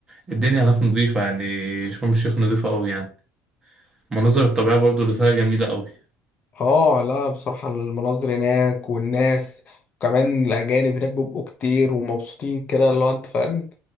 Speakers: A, on the right; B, on the left.
A: الدنيا هناك نظيفه يعني شرم الشيخ نظيفه قوي يعني المناظر الطبيعيه برضو اللي فيها جميله قوي
B: اه لا بصراحة المناظر هناك والناس وكمان الاجانب هناك بيبقوا كتير ومبسوطين كده اللي هو انت فاهم